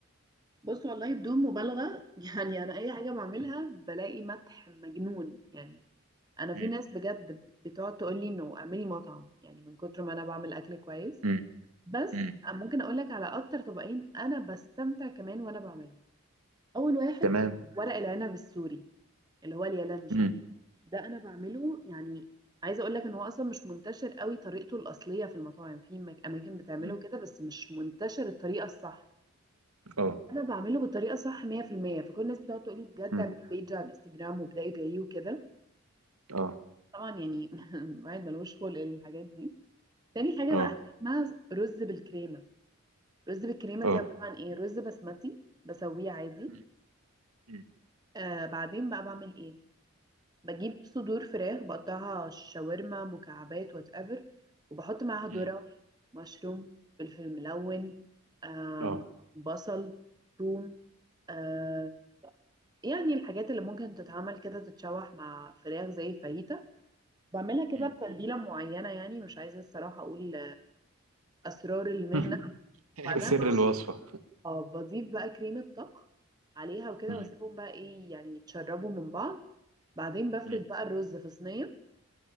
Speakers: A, on the right; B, on the right.
A: بص والله بدون مبالغة <laughs> يعني أنا أي حاجة بعملها بلاقي مدح مجنون يعني أنا في
B: مم.
A: ناس بجد بتقعد تقول لي إنه اعملي مطعم يعني من كتر ما أنا بعمل أكل كويس
B: مم.
A: بس
B: مم.
A: ممكن أقول لك على أكتر طبقين أنا بستمتع كمان وأنا بعملهم أول واحد
B: تمام
A: ورق العنب السوري اللي هو اليالنجي
B: مم.
A: ده أنا بعمله يعني عايزة أقول لك إن هو أصلا مش منتشر قوي طريقته الأصلية في المطاعم في مك- أماكن بتعمله
B: مم.
A: كده بس مش منتشر الطريقة الصح
B: اه
A: انا بعمله بالطريقه صح 100% فكل الناس بتقعد تقول لي بجد
B: مم.
A: اعملي بيج على الانستجرام وابداي بايه وكده
B: اه
A: طبعا يعني <laughs> الواحد ملوش خلق للحاجات دي تاني حاجه
B: اه
A: بقى حاجة اسمها رز بالكريمه رز بالكريمه
B: اه
A: دي عباره عن ايه رز بسمتي بسويه عادي
B: مم. مم.
A: آه بعدين بقى بعمل ايه بجيب صدور فراخ بقطعها شاورما مكعبات وات ايفر وبحط معاها ذره
B: مم.
A: مشروم فلفل ملون آم،
B: اه
A: بصل ثوم آه، يعني الحاجات اللي ممكن تتعمل كده تتشوح مع فراخ زي الفاهيتا بعملها كده
B: مم.
A: بتتبيلة
B: مم.
A: معينة يعني مش عايزة الصراحة أقول أسرار المهنة
B: <laughs>
A: بعدها
B: سر
A: بقى
B: الوصفة
A: <laughs> آه، بضيف بقى كريمة طبخ عليها وكده
B: مم.
A: واسيبهم بقى ايه يعني يتشربوا من بعض بعدين بفرد
B: مم.
A: بقى الرز في صينية